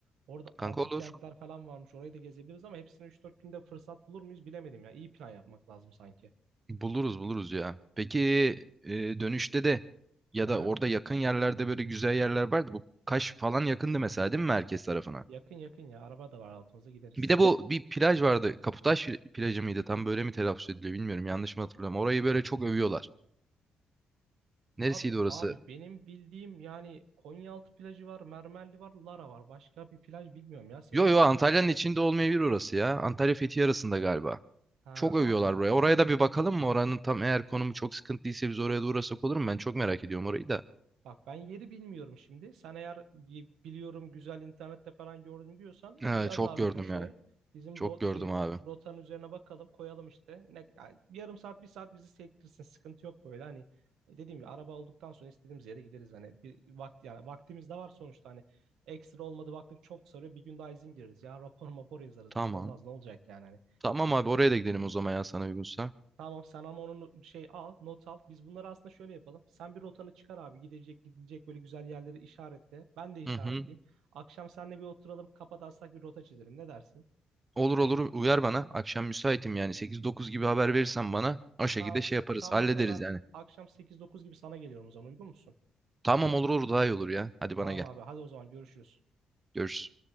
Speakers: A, on the right; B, on the right.
A: Orada
B: Kanka
A: antik
B: olur.
A: kentler falan varmış. Orayı da gezebiliriz ama hepsini üç dört günde fırsat bulur muyuz bilemedim ya. İyi plan yapmak lazım sanki.
B: Buluruz buluruz ya. Peki e, dönüşte de ya
A: Aha.
B: da orada yakın yerlerde böyle güzel yerler vardı. Bu Kaş falan yakındı mesela değil mi merkez tarafına?
A: Yakın yakın ya. Araba da var altımızda gideriz.
B: Bir de bu bir plaj vardı. Kaputaş plajı mıydı? Tam böyle mi telaffuz ediliyor bilmiyorum. Yanlış mı hatırlıyorum. Orayı böyle çok övüyorlar. Neresiydi
A: Abi
B: orası?
A: abi benim bildiğim yani Konyaaltı plajı var, Mermerli var, Lara var. Başka bir plaj bilmiyorum ya. Senin
B: Yo
A: dediğin
B: yo Antalya'nın içinde olmayabilir orası ya. Antalya Fethiye arasında galiba.
A: Ha
B: Çok övüyorlar
A: abi
B: buraya. Oraya da bir bakalım mı? Oranın tam eğer konumu çok sıkıntıysa biz oraya da uğrasak olur mu? Ben çok merak ediyorum orayı da.
A: Bak ben yeri bilmiyorum şimdi. Sen eğer y- biliyorum güzel internette falan gördüm diyorsan
B: Ee,
A: yaz
B: çok
A: abi
B: gördüm
A: köşeye.
B: ya.
A: Bizim
B: Çok
A: rot
B: gördüm
A: şey
B: abi.
A: rotanın üzerine bakalım koyalım işte. Ne, ya yarım saat bir saat bizi sektirsin sıkıntı yok böyle hani E, dediğim gibi araba olduktan sonra istediğimiz yere gideriz hani bir vakti yani vaktimiz de var sonuçta hani ekstra olmadı baktık çok sarıyor bir gün daha izin gireriz ya rapor mapor yazarız
B: Tamam.
A: bir şey olmaz ne olacak yani
B: Tamam abi oraya
A: hani.
B: da gidelim o zaman ya sana uygunsa.
A: Tamam sen ama onun şey al, not al. Biz bunları aslında şöyle yapalım. Sen bir rotanı çıkar abi. Gidecek gidilecek böyle güzel yerleri işaretle. Ben de işaretleyeyim.
B: Hı hı.
A: Akşam seninle bir oturalım. Kafa taslak bir rota çizelim. Ne dersin?
B: Olur olur uyar bana. Akşam müsaitim yani sekiz dokuz gibi haber verirsen bana o şekilde
A: Tamam.
B: şey yaparız.
A: Tamam
B: Hallederiz
A: hatta ben
B: yani.
A: akşam sekiz dokuz gibi sana geliyorum o zaman. Uygun musun?
B: Tamam olur olur daha iyi olur ya. Hadi bana
A: Tamam
B: gel.
A: abi. Hadi o zaman görüşürüz.
B: Görüşürüz.